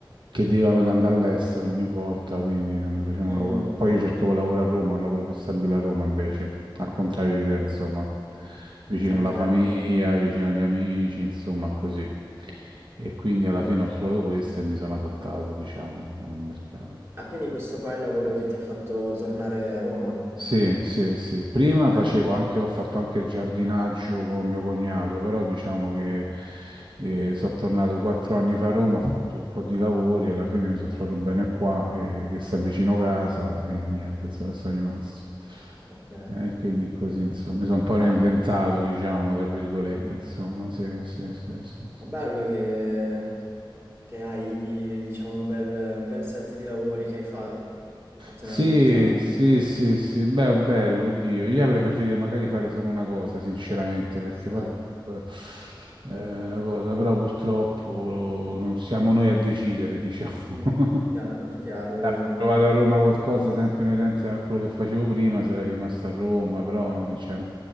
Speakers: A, on the right; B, on the right.
A: chiedevano di andare all'estero ogni volta, quindi non mi facevano
B: Mm,
A: lavoro. Poi io cercavo lavoro a Roma, un lavoro più stabile a Roma invece, al contrario di te, insomma, vicino
B: ok.
A: alla famiglia, vicino agli amici, insomma, così. E quindi alla fine ho trovato questo e mi sono adattato, diciamo, al mercato.
B: Ah, quindi questo qua è il lavoro che ti ha fatto tornare a Roma?
A: Sì, sì, sì. Prima
B: Ok,
A: facevo anche, ho fatto anche il giardinaggio con mio cognato, però diciamo che eh, sono tornato quattro anni fa a Roma, ho fatto un po' di lavori, alla fine mi sono trovato bene qua, eh, che sta vicino casa e niente, insomma, sono rimasto.
B: ok.
A: E quindi così, insomma, mi sono un po'
B: Però
A: reinventato, diciamo, tra virgolette,
B: eh,
A: insomma, sì, sì, sì, sì, sì.
B: è bello che, che hai, diciamo, un bel, un bel set di lavori che hai fatto
A: Sì,
B: nella tua vita.
A: sì, sì, sì, beh, bello, oddio, io avrei preferito magari fare solo una cosa, sinceramente, perché
B: Ci sta.
A: poi comunque eh, la cosa, però purtroppo lo- non siamo noi a decidere, diciamo.
B: Mm,
A: <laughs>
B: chiaro, chiaro,
A: Eh,
B: vero.
A: Provate a Roma qualcosa sempre inerente a quello che facevo prima, sarei rimasto a Roma, però sincer-